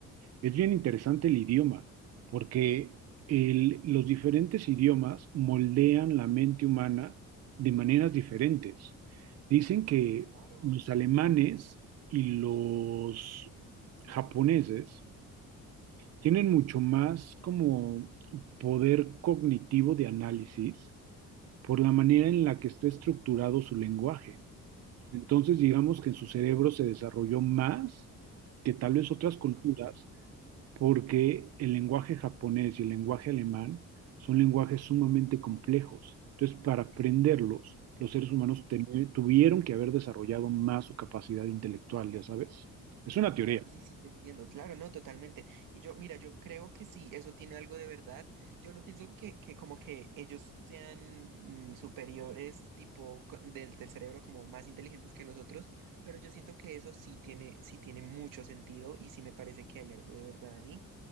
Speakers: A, on the right (about 55°); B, on the right (about 80°).
A: Es bien interesante el idioma, porque el- los diferentes idiomas moldean la mente humana de maneras diferentes. Dicen que
B: Claro,
A: los alemanes y los japoneses
B: sí.
A: tienen mucho más como poder cognitivo de análisis por la manera en la que está estructurado su lenguaje.
B: Sí.
A: Entonces, digamos que en su cerebro se desarrolló más que tal vez otras culturas
B: Ah,
A: porque el lenguaje japonés y el lenguaje alemán son lenguajes sumamente complejos. Entonces, para aprenderlos, los seres humanos
B: sí.
A: ten- tuvieron que haber desarrollado más su capacidad intelectual, ya sabes. Es una teoría.
B: Claro, sí, sí, te entiendo, claro, no, totalmente. Y yo, mira, yo creo que sí, eso tiene algo de verdad. Yo no pienso que, que como que ellos sean mm, superiores, tipo, co- del, del cerebro, como más inteligentes que nosotros, pero yo siento que eso sí tiene, sí tiene mucho sentido y sí me parece que hay algo de verdad ahí